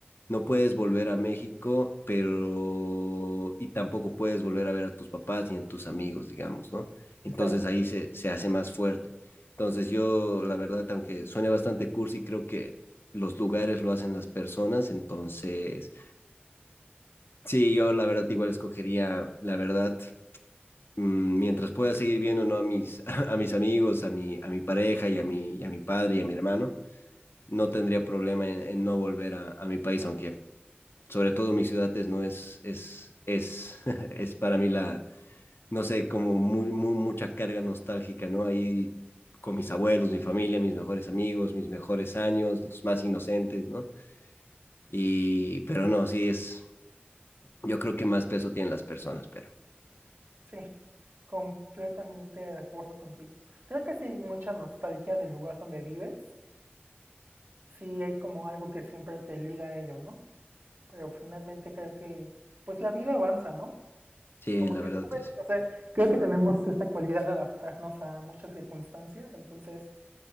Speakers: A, on the left (about 70°); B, on the right (about 60°).
A: no puedes volver a México, pero y tampoco puedes volver a ver a tus papás ni a tus amigos, digamos, ¿no? Entonces
B: exacto,
A: ahí se, se hace más fuerte. Entonces yo, la verdad, aunque suene bastante cursi, creo que los lugares lo hacen las personas. Entonces, sí, yo la verdad igual escogería, la verdad, mm, mientras pueda seguir viendo ¿no? a, mis, <laughs> a mis amigos, a mi, a mi pareja y a mi, y a mi padre y a mi hermano, no tendría problema en, en no volver a, a mi país, aunque sobre todo mi ciudad es, no es, es, es, <laughs> es para mí la, no sé, como muy, muy, mucha carga nostálgica, ¿no? Ahí con mis abuelos, mi familia, mis mejores amigos, mis mejores años, los más inocentes, ¿no? Y, pero no, sí es, yo creo que más peso tienen las personas, pero
B: sí, completamente de acuerdo contigo. Creo que sí hay mucha nostalgia del lugar donde vives, sí hay como algo que siempre te liga a ello, ¿no? Pero finalmente creo que, pues la vida avanza, ¿no?
A: sí,
B: como
A: la
B: que
A: verdad
B: siempre,
A: es,
B: o sea, creo que tenemos esta cualidad de adaptarnos a muchas circunstancias, entonces